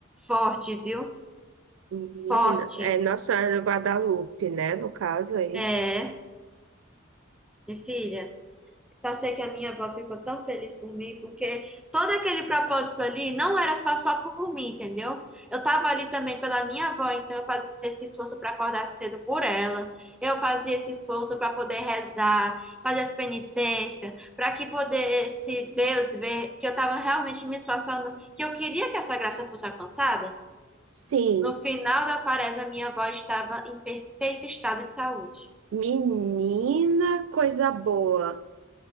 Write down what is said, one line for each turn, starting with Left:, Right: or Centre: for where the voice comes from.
Centre: forte, viu?
Right: menina,
Centre: Forte.
Right: é Nossa Senhora de Guadalupe, né? No caso aí.
Centre: É, minha filha. Só sei que a minha avó ficou tão feliz por mim, porque todo aquele propósito ali não era só só por mim, entendeu? Eu tava ali também pela minha avó, então eu fazia esse esforço para acordar cedo por ela. Eu fazia esse esforço para poder rezar, fazer as penitências, para que poder esse Deus ver que eu tava realmente me esforçando, que eu queria que essa graça fosse alcançada.
Right: Sim,
Centre: No final da quaresma, minha avó estava em perfeito estado de saúde.
Right: menina, coisa boa.